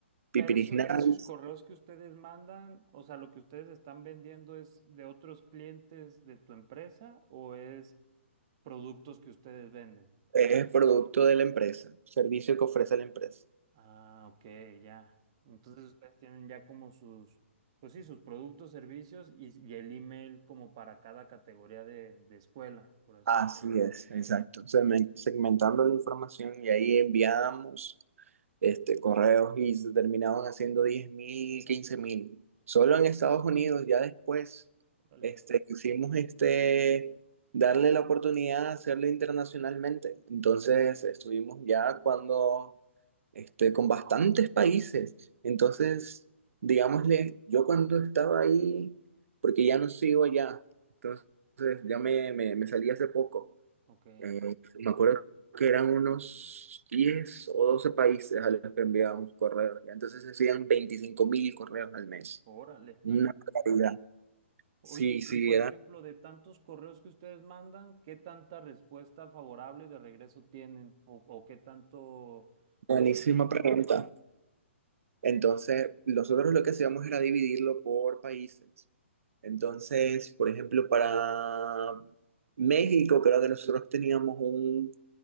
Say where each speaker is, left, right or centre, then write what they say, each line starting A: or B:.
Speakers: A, on the right; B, on the right.
A: pipirisnadas.
B: Pero eso- esos correos que ustedes mandan, o sea, lo que ustedes están vendiendo es de otros clientes de tu empresa o es productos que ustedes venden.
A: Es producto de la empresa, servicio que ofrece la empresa.
B: Ah, ok, ya. Entonces ustedes tienen ya como sus, pues sí, sus productos, servicios y, y el email como para cada categoría de, de escuela, por así
A: Así
B: decirlo.
A: es, exacto. Segmen- Segmentando la información y ahí enviamos este, correos y se terminaban haciendo diez mil, quince mil. Solo en Estados Unidos, ya después,
B: Órale.
A: este, quisimos este, darle la oportunidad de hacerlo internacionalmente. Entonces, estuvimos ya cuando, este, con bastantes países. Entonces, digámosle, yo cuando estaba ahí, porque ya no sigo allá, entonces ya me, me, me salí hace poco.
B: Ok,
A: Eh, me acuerdo que eran unos 10 o 12 países a los que enviábamos correos. ya. Entonces se hacían 25 mil correos al mes.
B: órale.
A: Una barbaridad. Sí,
B: Oye,
A: sí,
B: y y por
A: era
B: ejemplo, de tantos correos que ustedes mandan, ¿qué tanta respuesta favorable de regreso tienen? O, o qué tanto,
A: buenísima
B: pues sí, como
A: pregunta.
B: cuánto.
A: Entonces, nosotros lo que hacíamos era dividirlo por países. Entonces, por ejemplo, para México, creo que nosotros teníamos un